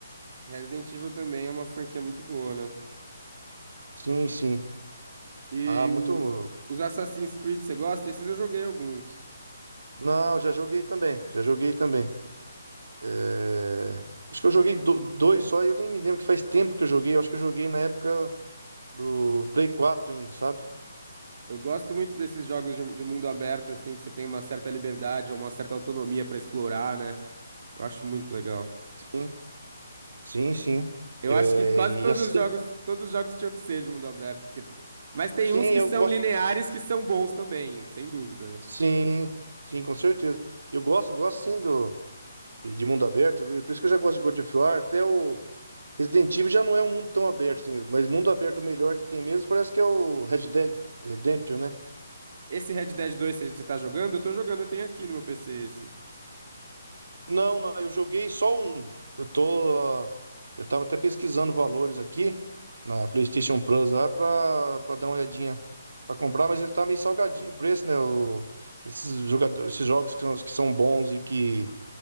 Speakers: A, on the right (about 45°); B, on the right (about 80°).
A: Resident Evil também é uma franquia muito boa, né?
B: Sim, sim.
A: E
B: Ah, muito.
A: o- os Assassin's Creed, você gosta? Esses eu joguei alguns.
B: Não, já joguei também. Já joguei também. É, Acho que eu joguei do- dois só e eu nem me lembro que faz tempo que eu joguei. Eu acho que eu joguei na época do Play 4 ainda, sabe?
A: Eu gosto muito desses jogos de, de mundo aberto, assim, que você tem uma certa liberdade, uma certa autonomia pra explorar, né? Eu acho muito legal.
B: Sim, sim, sim.
A: Eu
B: É,
A: acho que quase todos
B: E assim...
A: os jogos, todos os jogos tinham que ser de mundo aberto, porque... Mas tem
B: Sim,
A: uns que
B: eu
A: são
B: gosto.
A: lineares que são bons também, sem dúvida, né?
B: Sim, sim, com certeza. Eu gosto, gosto sim do... de de mundo aberto. Por isso que eu já gosto de God of War. Até o Resident Evil já não é um mundo tão aberto, assim. Mas mundo aberto melhor que tem mesmo parece que é o Red Dead Redemption, né?
A: Esse Red Dead 2 você você tá jogando? Eu tô jogando, eu tenho aqui no meu PC esse.
B: Não, não, eu joguei só um. Eu tô. ah, Eu tava até pesquisando valores aqui na PlayStation Plus lá pra, pra dar uma olhadinha pra comprar, mas ele tá meio salgadinho o preço, né? O- esses jogadores, esses jogos que são, que são bons e que,